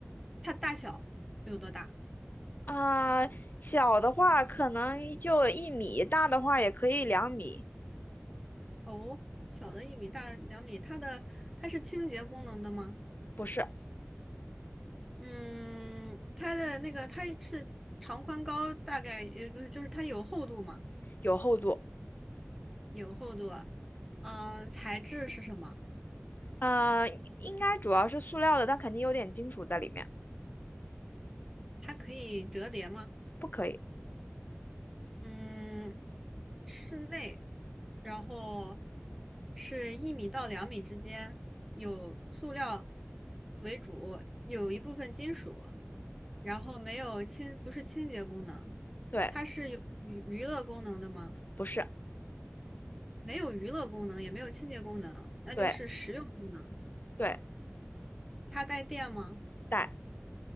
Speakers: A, in the centre; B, on the left (about 40°).
A: 它大小有多大？
B: 啊、小的话可能就一米，大的话也可以两米，
A: 哦，小的一米，大的两米，它的它是清洁功能的吗？
B: 不是，
A: 嗯，它的那个它是长宽高大概也不是，就是它有厚度吗？
B: 有厚度。
A: 有厚度啊。嗯，材质是什么？
B: 啊、应该主要是塑料的，但肯定有点金属在里面，
A: 它可以折叠吗？
B: 不可以。
A: 嗯，室内，然后是一米到两米之间，有塑料为主，有一部分金属。然后没有清，不是清洁功能，
B: 对，
A: 它是有娱娱乐功能的吗？
B: 不是，
A: 没有娱乐功能，也没有清洁功能，那就是实用功能。
B: 对对，
A: 它带电吗？
B: 带